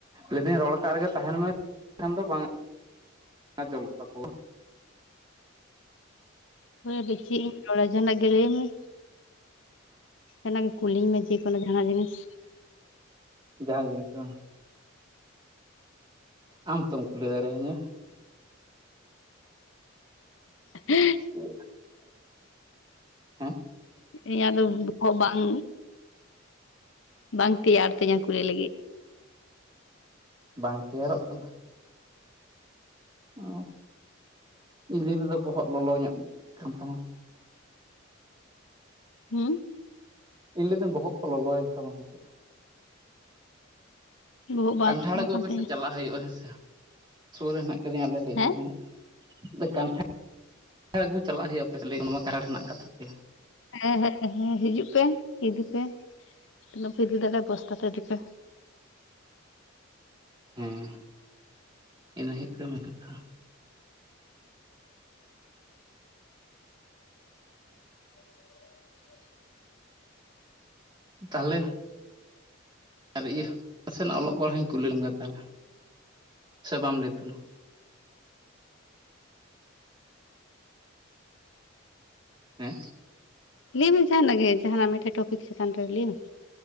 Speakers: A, on the right; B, on the left.
A: ᱞᱮᱫᱤᱱ ᱨᱚᱲ ᱠᱟᱜ ᱨᱮ ᱜᱮ ᱛᱟᱦᱮᱱ ᱢᱮᱠᱷᱟᱱ ᱫᱚ ᱵᱟᱝ ᱟᱸᱡᱚᱢᱚᱜ ᱛᱟᱠᱚᱣᱟ᱾
B: ᱦᱮᱸ ᱫᱮᱠᱷᱤ ᱟᱨ ᱡᱟᱦᱟᱱᱟᱜ ᱜᱮ ᱞᱟᱹᱭᱢ ᱢᱮ᱾ ᱡᱟᱦᱟᱱᱟᱜ ᱜᱮ ᱠᱩᱞᱤᱧ ᱢᱮ ᱡᱮᱠᱳᱱᱳ ᱡᱟᱦᱱᱟᱜ ᱡᱤᱱᱤᱥ᱾
A: ᱡᱟᱦᱟᱸ ᱡᱤᱱᱤᱥ ᱵᱟᱝ? ᱟᱢ ᱛᱚᱢ ᱠᱩᱞᱤ ᱫᱟᱲᱮᱭᱟᱹᱧᱟᱹ᱾
B: ᱦᱮᱸ
A: <inaudible> ᱦᱮᱸ
B: ᱤᱧᱟᱹᱜ ᱫᱚ ᱵᱚᱦᱚᱜ ᱵᱟᱝ ᱵᱟᱝ ᱛᱮᱭᱟᱨ ᱛᱤᱧᱟᱹ ᱠᱩᱞᱤ ᱞᱟᱜᱤᱫ᱾
A: ᱵᱟᱝ ᱛᱮᱭᱟᱨᱚᱜ ᱠᱟᱱᱟ? ᱚ ᱤᱧ ᱫᱩᱧ ᱞᱟᱹᱭ ᱫᱟ ᱵᱚᱦᱚᱜ ᱞᱚᱞᱚ ᱧᱚᱜ ᱠᱟᱱ ᱛᱟᱢᱟ᱾
B: ᱦᱩᱸ
A: ᱤᱧ ᱞᱮᱫᱤᱧ ᱵᱚᱦᱚᱜ ᱠᱚ ᱞᱚᱞᱚ ᱭᱮᱱ ᱛᱟᱢᱟ ᱥᱮ ᱪᱮᱫ᱾
B: ᱵᱚᱦᱚᱜ ᱵᱟᱝ
A: ᱠᱟᱱᱴᱷᱟᱲ
B: ᱞᱚᱲᱚ
A: ᱟᱹᱜᱩ
B: ᱠᱟᱱ
A: ᱟᱯᱮ
B: ᱛᱤᱧᱟᱹ
A: ᱥᱮᱫ ᱪᱟᱞᱟᱜ ᱦᱩᱭᱩᱜᱼᱟ ᱦᱮᱸ ᱥᱮ᱾ ᱥᱩᱨ ᱨᱮ ᱦᱮᱱᱟᱜ ᱟᱠᱟᱫᱤᱧᱭᱟ ᱟᱞᱮ ᱞᱮ ᱤᱫᱤ
B: ᱦᱮᱸ
A: ᱡᱚᱝᱟ, ᱠᱟᱱᱴᱷᱟᱲ ᱠᱟᱱᱴᱷᱟᱲ ᱟᱹᱜᱩ ᱪᱟᱞᱟᱜ ᱦᱩᱭᱩᱜᱼᱟ ᱯᱮ ᱱᱚᱣᱟ ᱠᱟᱱᱴᱷᱟᱲ ᱦᱮᱱᱟᱜ ᱟᱠᱟ ᱛᱟᱯᱮᱭᱟ᱾
B: ᱦᱮᱸ ᱦᱮᱸ ᱦᱮᱸ ᱦᱤᱡᱩᱜ ᱯᱮ ᱤᱫᱤ ᱯᱮ ᱛᱤᱱᱟᱹᱜ ᱯᱮ ᱤᱫᱤ ᱫᱟᱲᱮᱭᱟᱜ ᱵᱚᱥᱛᱟ ᱛᱮ ᱤᱫᱤ ᱯᱮ᱾
A: ᱦᱮᱸ ᱤᱱᱟᱹ ᱦᱩᱭᱩᱜ ᱠᱟᱱᱟ ᱠᱟᱛᱷᱟ᱾
B: <inaudible>
A: ᱛᱟᱦᱚᱞᱮ ᱟᱨ ᱤᱭᱟᱹ ᱱᱟᱥᱮ ᱱᱟᱜ ᱚᱞᱚᱜ ᱯᱟᱲᱦᱟᱜ ᱤᱧ ᱠᱩᱞᱤ ᱞᱮᱢ ᱜᱮ ᱛᱟᱦᱚᱞᱮ᱾ ᱥᱮ ᱵᱟᱢ ᱞᱟᱹᱭ ᱛᱟᱢᱟ? ᱦᱮᱸ
B: ᱞᱟᱹᱭᱢᱮ ᱡᱟᱦᱟᱱᱟᱜ ᱜᱮ ᱡᱟᱦᱟᱱᱟᱜ ᱢᱤᱫᱴᱮᱡ ᱴᱚᱯᱤᱠ ᱪᱮᱛᱟᱱ ᱨᱮ ᱞᱟᱹᱭᱢ ᱢᱮ